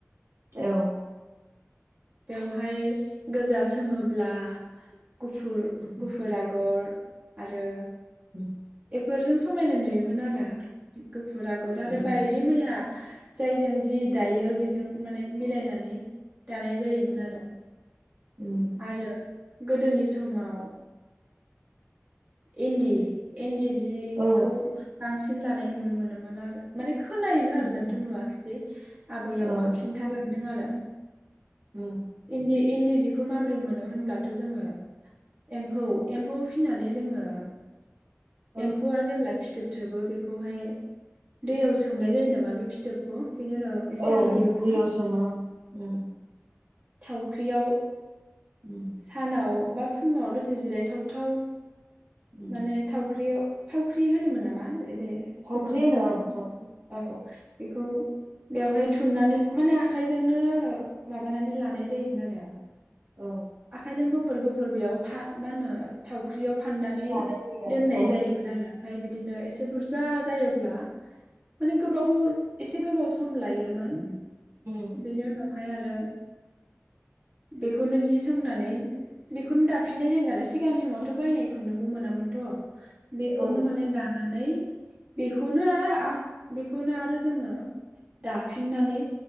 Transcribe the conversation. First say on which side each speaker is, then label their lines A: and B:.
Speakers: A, on the right; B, on the right.
A: औ
B: बेवहाय गोजा सोङोब्ला गुफुर
A: उम,
B: गुफुर आगर आरो
A: उम
B: फोरजों समायना नुयोमोन आरो फुरा आगर आरो
A: उम,
B: बायदि मैया जायजों जि दायो बेजों माने मिलायनानै दानाय जायोमोन आरो
A: उम,
B: आरो गोदोनि समाव इन्दि इन्दि जिखौ
A: औ
B: बांसि सिन लानाय नुनो मोनोमोन आरो माने खोनायोमोन
A: उम,
B: आरो जोंथ' नुवाखै आबै
A: औ
B: आबौआ खिन्था लां दों आरो
A: उम
B: इन्दि इन्दि जिखौ माबोरै मोनो होनब्लाथ जोङो एम्फौ एम्फौ फिनानै जोङो
A: औ
B: एम्फौआ जेब्ला फि फिथोब थोबो बेखौहाय दैयाव सोमनाय जायो नामा बे फिथोबखौ? बेनि उनाव एसे
A: औ
B: रुयोब्ला
A: दैयाव सोमो उम
B: थावख्रियाव
A: उम,
B: सानाव बा फुङाव दसे जिरायथावथाव
A: उम,
B: माने थावख्रियाव थावख्रि होनोमोन नामा? बे
A: थावख्रि
B: खुन्दुं
A: होनो ओं
B: थुन
A: थावख्रि
B: औ बेखौ बेवहाय थुननानै माने आखाइजोंनो माबानानै लानाय जायोमोन आरो।
A: औ
B: आखाइजोंबो फोरबो फोरबोयाव फा मा होनो
A: उम,
B: थावख्रियाव फाननानै
A: लानाय जायो आरो
B: दोननाय
A: औ
B: जायोमोन आरो ओमफ्राय बिदिनो एसे बुरजा जायो। ब्ला माने गोबाव एसे गोबाव सम लायोमोन।
A: उम,
B: बिनि उनाव फाय आरो बेखौनो जि सोंनानै बेखौनो दाफिननाय जायोमोन आरो सिगांनि समावथ बायनाय खुन्दुंबो मोनामोनथ। बेखौनो
A: औ
B: माने दाना नै बेखौनो आ बेखौनो आरो जोङो दाफिननानै